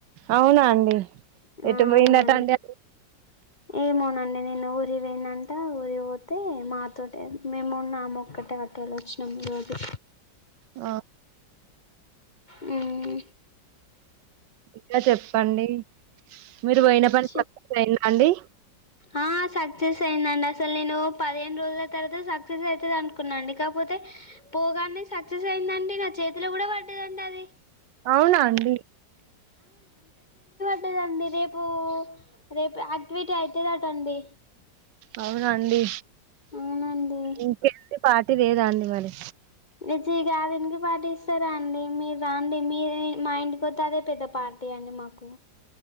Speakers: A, on the right; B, on the left.
A: అవునా అండి
B: హ్మ్
A: ఎటు పోయిందట
B: అవునండి
A: అండి
B: ఏమోనండి నే నేను ఉరి పోనంట ఉరి పోతే మాతో మేము ఉన్నాము ఒక్కటే అట్టలో వచ్చినప్పుడు ఓటే
A: ఒ
B: హ్మ్
A: ఇగ చెప్పండి మీరు పోయిన పని
B: చెప్
A: సక్సెస్ అయింద అండి
B: ఆ సక్సెస్ అయ్యిందండి అసలు నేను పదిహేను రోజుల తర్వాత సక్సెస్ అవుతుంది అనుకున్నాండి కాకపోతే పోగానే సక్సెస్ అయిందండి నచ్ చేతిలో కూడ వట్టిది అంటది
A: అవునా అండి
B: అదండి రేపు రేపు యాక్టివిటీ అయితదట అండి
A: అవునండి
B: అవునండి
A: ఇంకేంటి పార్టీ లేదా అండి మరి
B: ఎ చి దానికి పాటిస్తారా అండి మీరు అ అండి మీ మా ఇంటి కొత్తే అదే పెద్ద పార్టీ అండి మాకు